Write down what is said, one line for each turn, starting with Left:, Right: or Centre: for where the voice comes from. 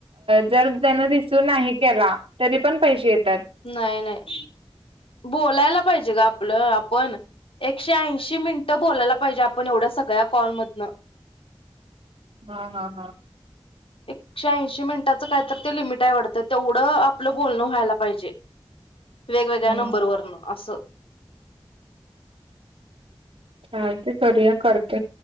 Right: जर त्यानं रिसीव नाही केलातरी - पण पैसे -
Left: नाही नाही, बोलायला पाहिजे गं आपलं -आपण. एकशे ऐंशी मिनिटं बोलायला पाहिजे आपण एवढ्या सगळ्या कॉल मधन.
Right: हा हा हा.
Left: एकशे ऐंशी मिनिटाचं काय तर ते लिमिट आहे वाटतं, तेवढं आपलं बोलणं व्हायला पाहिजे. वेगवेगळ्या
Right: हम्म
Left: नंबरवरन असं.
Right: हां - ठीक ए <unintelligible> कर.